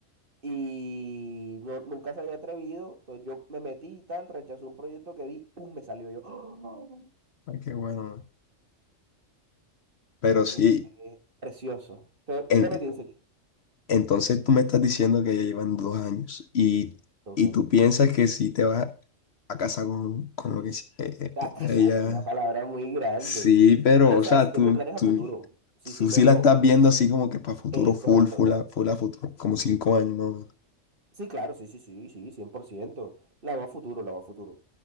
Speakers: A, on the right; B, on the left.
A: y no, nunca se había atrevido, entonces yo me metí y tal, rechazó un proyecto que vi, ¡pum! me salió yo. <gasps>
B: ay, qué bueno, man. Pero
A: Coño,
B: sí,
A: fue Precioso. Entonces
B: en-
A: me metí enseguida,
B: entonces tú me estás diciendo que ya llevan dos años y,
A: dos
B: y
A: años.
B: tú piensas que si te vas a casa con, con lo que sí- eh, eh,
A: A
B: eh,
A: casar
B: ella.
A: es una palabra muy grande.
B: Sí, pero,
A: Pero,
B: o
A: o sea,
B: sea,
A: si tengo
B: tú,
A: planes
B: tú,
A: a futuro, sí, sí
B: tú
A: me
B: sí
A: veo,
B: la estás
A: sí me...
B: viendo así como que para futuro
A: Es
B: full,
A: correcto,
B: full
A: o sea,
B: a, full a futuro, como cinco años más o menos.
A: sí, claro, sí, sí, sí, sí, cien por ciento La va a futuro, la va a futuro.